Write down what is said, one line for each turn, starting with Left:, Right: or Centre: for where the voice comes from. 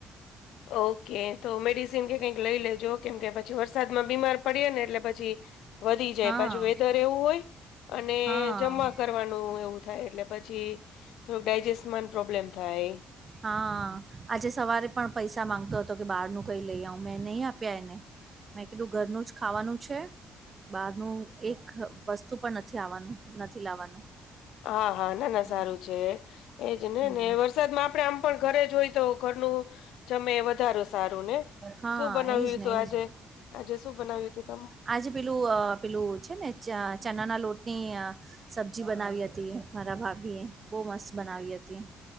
Left: ઓકે, તો મેડિસિન કે કઈક લઈ લેજો, કેમ કે પછી વર્ષ વરસાદ માં બીમાર પડે ને, એટલે પછી વધી જાય,
Right: હા
Left: પાછુ વેધર એવું હોય અને
Right: હા
Left: જમા કરવાનું એવું થાય, એટલે. પછી થોડક ડાયજેસ્ટમાં પ્રોબ્લેમ થાય
Right: હા, આજે સવારે પણ પૈસા માંગતો હતો કે બહારનું કંઈ લઈ આવ. મેં નહી આપ્યા એને મેં કીધું ઘરનું જ ખાવાનું છે. બહારનું એક વસ્તુ પણ નથી આવવાનું, નથી લાવવાનું
Left: હા, હા. ના, ના.
Right: હમ
Left: સારું છે, એજ ને,
Right: હમ
Left: ને એ વર્ષ. વરસાદમાં આપણે આમ પણ ઘરે હોઈએ, તો ઘરનું જમે સારું, સારું ને.
Right: હા
Left: શું બનાવ્યું
Right: એજ ને
Left: તું
Right: એજ
Left: આજે?
Right: ને
Left: આજે શું બનાવ્યું તું, તમે
Right: આજે પેલું, પેલું છે ને, ચણાના લોટની સબ્જી બનાવી હતી મારા ભાભીએ. બહુ મસ્ત બનાવી હતી